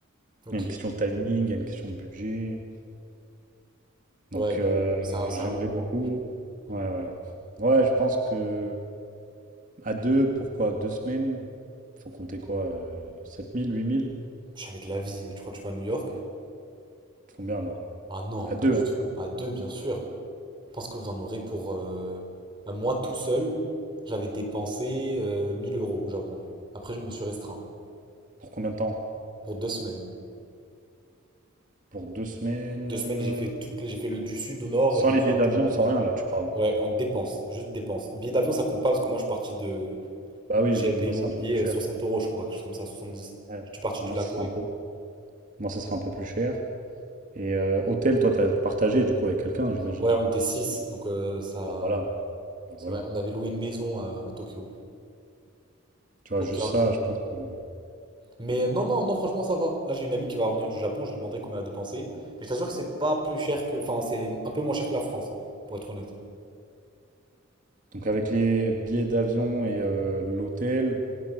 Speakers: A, on the right; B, on the right.
A: Ok,
B: Il y a une question de timing, il y a une question de budget. Donc,
A: ouais, bah
B: euh,
A: oui, c'est un, c'est
B: j'aimerais
A: un coup,
B: beaucoup.
A: hein.
B: Ouais, ouais. Ouais, je pense que à deux, pourquoi deux semaines? Faut compter quoi? euh, 7000, 8000?
A: Jamais de la vie, tu crois que tu vas à New York?
B: Combien alors?
A: Ah non,
B: À
A: pas
B: deux,
A: du
B: hein.
A: tout. À deux, bien sûr. Je pense que vous en aurez pour... euh, bah, moi, tout seul, j'avais dépensé euh, 1000 euros au Japon. Après, je me suis restreint
B: Pour combien de temps?
A: pour deux semaines.
B: Pour deux semaines?
A: Deux
B: euh,
A: semaines, j'ai fait toute... la- j'ai fait le du sud au nord,
B: Sans
A: je me
B: les
A: suis
B: billets
A: arrêté
B: d'avion,
A: dans plein
B: sans
A: de villes.
B: rien, là, tu parles.
A: Ouais, en dépenses, juste dépenses. Billet d'avion, ça compte pas parce que moi, je suis parti de...
B: Bah oui,
A: J'ai
B: oui,
A: payé
B: moi,
A: mon
B: c'est
A: billet
B: un peu plus cher.
A: euh, 60 euros, je crois, quelque chose comme ça, 70.
B: Ouais.
A: Je suis parti
B: Moi,
A: de la
B: ça
A: Corée.
B: sera un peu, moi, ça sera un peu plus cher. Et euh, hôtel, toi, t'as partagé, du coup, avec quelqu'un, j'imagine.
A: Ouais, on était 6, donc euh, ça...
B: Bah voilà. Bah,
A: C'est
B: voilà.
A: vrai, on avait loué une maison à, à Tokyo,
B: Tu vois,
A: au
B: juste
A: cœur de
B: ça,
A: Tokyo.
B: je pense que...
A: Mais euh, non, non, non, franchement, ça va. Là, j'ai une amie qui va revenir du Japon, je lui demanderai combien elle a dépensé. Mais je t'assure que c'est pas plus cher que. Enfin, c'est un peu moins cher que la France, hein, pour être honnête.
B: Donc, avec les billets d'avion et euh, l'hôtel,